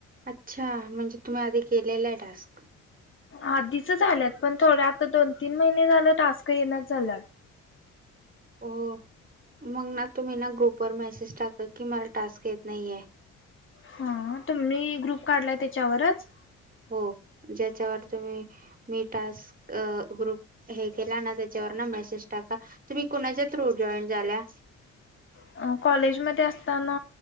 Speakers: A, on the right; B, on the left.
A: अच्छा म्हणजे तुम्ही, आधी केलेला आहे टास्क.
B: आधीच झाल्यात पण थोड्या, आता दोन तीन महिने झाले टास्क येण झालात
A: हो मग ना तुम्ही ना ग्रुपवर मेसेज टाका, की मला टास्क येत नाहीये
B: हा तुमही ग्रुप काढलाय त्याच्यावरच
A: हो ज्याच्यावर तुम्ही, मी टास्क ग्रुप हे केला ना त्याच्या सरना मेसेज टाका तुम्ही कोणाच्या थ्रो जॉईंड झाल्या
B: अ कॉलेज मध्ये असताना